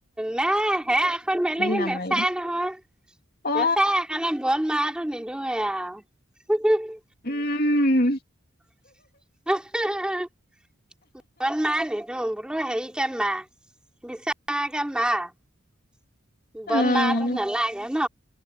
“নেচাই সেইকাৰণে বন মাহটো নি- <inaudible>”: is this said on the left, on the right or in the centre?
Centre